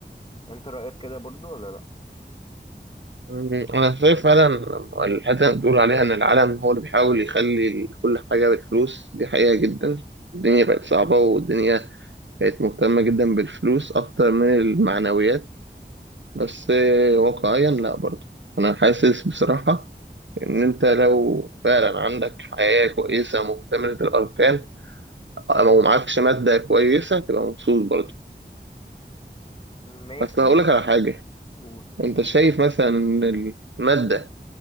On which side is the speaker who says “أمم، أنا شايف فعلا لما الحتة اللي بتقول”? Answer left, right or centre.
Right